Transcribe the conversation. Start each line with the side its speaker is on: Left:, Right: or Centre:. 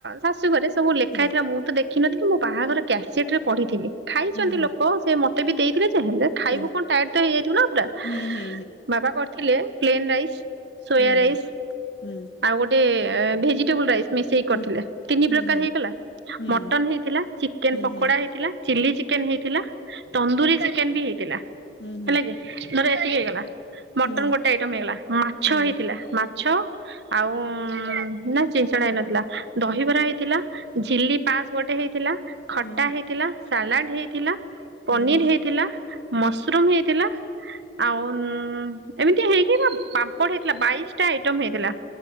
Right: ଶାଶୁ ଘରେ ସବୁ ଲେଖା
Left: ହୁଁ
Right: ହେଇଥିଲା, ମୁଁ ତ ଦେଖିନଥିଲି, ମୋ ବାହାଘର କ୍ୟାସେଟ ରେ ପଢ଼ିଥିଲି। ଖାଇଛନ୍ତି
Left: ହୁଁ
Right: ଲୋକ, ସେ ମତେ ବି ଦେଇଥିଲେ, ଯେ ହେଲେ ଖାଇବୁ
Left: ହୁଁ
Right: କଣ ଟାୟାଡ୍ ତ ହେଇଯାଇଥିବ ନା ପୁରା।
Left: ହୁଁ ହୁଁ
Right: ବାବା କରିଥିଲେ ପ୍ଲେନ ରାଇସ୍। ସୋୟା
Left: ହୁଁ ହୁଁ
Right: ରାଇସ୍
Left: ହୁଁ।
Right: ଆଉ ଗୋଟେ ଭେଜିଟେବଲ ରାଇସ୍। ମିଶେଇ
Left: ହୁଁ
Right: କରିଥିଲେ, ତିନି
Left: ହୁଁ
Right: ପ୍ରକାର
Left: ହୁଁ
Right: ହେଇଗଲା,
Left: ହୁଁ
Right: ମଟନ ହେଇଥିଲା, ଚିକେନ ପକୋଡା
Left: ହୁଁ ହୁଁ ହୁଁ ହୁଁ ହୁଁ ହୁଁ
Right: ହେଇଥିଲା। ଚିଲି ଚିକେନ ହେଇଥିଲା, ତନ୍ଦୁରୀ ଚିକେନ ବି ହେଇଥିଲା।
Left: ହୁଁ ହୁଁ
Right: ହେଲା କି ଧର ଏତିକି ହେଇଗଲା, ମଟନ
Left: ହୁଁ ହୁଁ
Right: ଗୋଟେ ଆଇଟମ ହେଇଗଲା, ମାଛ
Left: ହୁଁ ହୁଁ ହୁଁ ହୁଁ ହୁଁ
Right: ହେଇଥିଲା। ମା ମାଛ ଆଉ, ନା ଚିଞ୍ଚଣା ହେଇନଥିଲା, ଦହିବରା ହେଇ ଥିଲା, ଝିଲି ପାସ୍ ଗୋଟେ ହେଇଥିଲା, ଖଟା
Left: ହୁଁ ହୁଁ
Right: ହେଇଥିଲା, ସାଲାଡ ହେଇଥିଲା। ପନିର
Left: ହୁଁ ହୁଁ
Right: ହେଇଥିଲା, ମସରୁମ୍ ହେଇଥିଲା। ଆଉ ଏମିତିଆ ହେଇକି, ପାମ୍ପଡ଼ ହେଇଥିଲା, ବାଇଶ ଟା ଆଇଟମ ହେଇଥିଲା।